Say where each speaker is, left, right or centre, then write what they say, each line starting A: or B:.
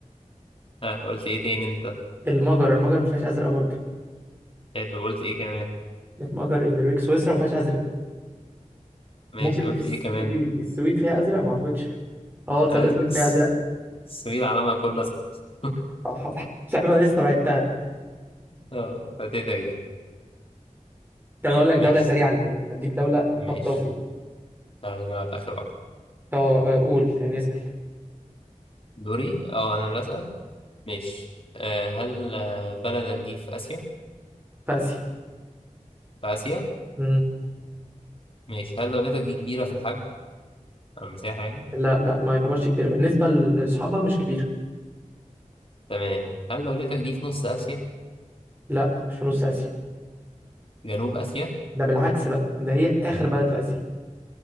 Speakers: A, on the left (about 45°); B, on the right (about 15°).
A: ها قلت ايه تاني انت
B: المجر المجر ما فيهاش ازرق برضه
A: حلو قلت ايه كمان
B: المجر النرويج سويسرا ما فيهاش ازرق
A: ماشي
B: ممكن
A: قلت
B: السويد
A: ايه كمان
B: السويد فيها ازرق ما اعتقدش اه تصدق
A: ايوه
B: السويد
A: الس-
B: فيها ازرق
A: السويد علمها كله ازرق <laughs>
B: صح <laughs> صح. مش عارف انا لسه بعدتها
A: اه فاتتك دي
B: ده انا اقول لك دولة
A: ماشي
B: سريعا كده اديك دولة
A: ماشي
B: خطافي
A: تعالى نلعب آخر واحد
B: اه آه، قول يعني اسأل
A: دوري اه أنا اللي أسأل ماشي آه هل آه، بلدك دي في آسيا؟
B: في اسيا
A: في آسيا؟
B: مم.
A: ماشي هل دولتك دي كبيرة في الحجم؟ أو المساحة يعني؟
B: لا لا ما يعتبرش كبيرة بالنسبة لاصحابها مش كبيرة
A: تمام هل دولتك دي في نص آسيا؟
B: لا مش في نص اسيا
A: جنوب آسيا؟
B: ده بالعكس بقى ده هي اخر بلد في اسيا